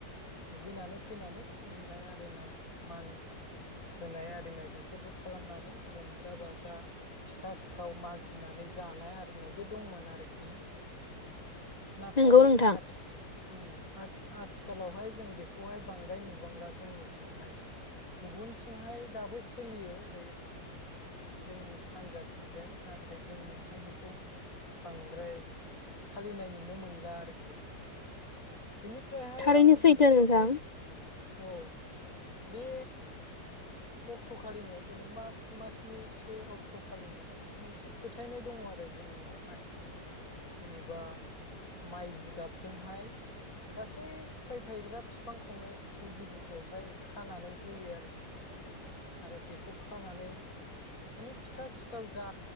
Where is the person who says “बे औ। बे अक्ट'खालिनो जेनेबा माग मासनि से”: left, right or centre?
Left